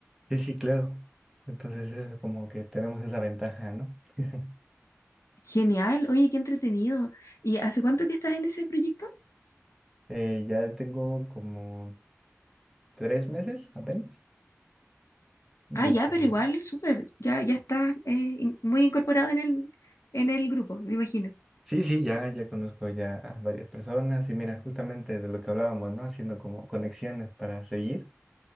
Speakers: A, in the centre; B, on the left.
A: Sí, sí, claro. Entonces es como que tenemos esa ventaja, ¿no? <laughs>
B: Genial, oye, qué entretenido. ¿Y hace cuánto que estás en ese proyecto?
A: Eh, ya tengo como tres meses apenas. De,
B: Ah, ya,
A: que-
B: pero igual, súper, ya, ya estás eh, in- muy incorporado en el, en el grupo, me imagino.
A: sí, sí, ya, ya conozco ya a varias personas y mira, justamente de lo que hablábamos, ¿no? Haciendo como conexiones para seguir